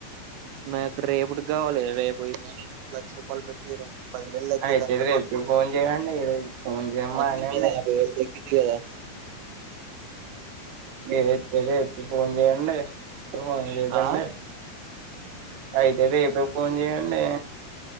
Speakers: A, on the right; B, on the right.
A: నాకు రేపుడుకి కావాలి రేపు <unintelligible> లక్ష రూపాయలు పెట్టి రేపు పదివేలు తగ్గిద్ది
B: అయితేది
A: అంటే
B: రేపటికీ
A: మాకు మొత్తం
B: ఫోన్ చెయ్యండి ఈ రోజు ఫోన్ చేయడం
A: మొత్తం
B: మానేయండి
A: మీద యాభై వేలు తగ్గిద్ది కదా
B: గేతే రేపూఫోన్ చేయండి ఫోన్ చేయొద్దండి
A: ఆ
B: అయితే రేపే ఫోన్ చేయండి